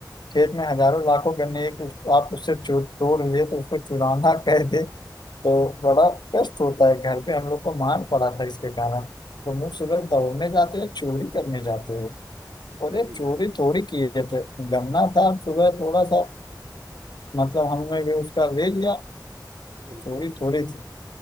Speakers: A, on the left; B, on the right.
A: खेत में हजारों लाखों गन्ने एक आप उससे चो- तोड़ लिए तो उसको चुराना <laughs> कह दे तो बड़ा कष्ट होता है घर पे हम लोग को मार पड़ा था इसके कारण तुम
B: हम्म
A: लोग सुबह दौड़ने जाते हो चोरी करने जाते हो बोले
B: सही
A: चोरी
B: बात
A: थोड़ी किए थे गन्ना था सुबह थोड़ा सा मतलब हमने भी उसका ले लिया
B: बिल्कुल
A: चोरी
B: बिल्कुल
A: थोड़ी थी